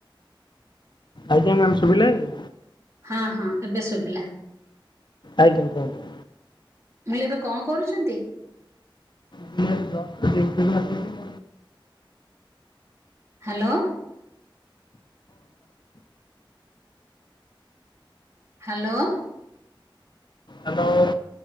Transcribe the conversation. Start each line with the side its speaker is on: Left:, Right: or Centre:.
Left: ଆଜ୍ଞା, ମ୍ୟାମ୍ ଶୁଭିଲା ଏବେ?
Right: ହଁ, ହଁ, ଏବେ ଶୁଭିଲା।।
Left: ଆଜ୍ଞା, କୁହନ୍ତୁ?
Right: ମୁଁ ଇଲେ ଏବେ କଣ କରୁଛନ୍ତି?
Left: ମୁଁ ଏବେ ଜଷ୍ଟ, ଡ୍ୟୁଟି ରୁ ଆସିଲି।
Right: ହାଲୋଁ। ହାଲୋଁ।
Left: ହ୍ୟାଲୋ।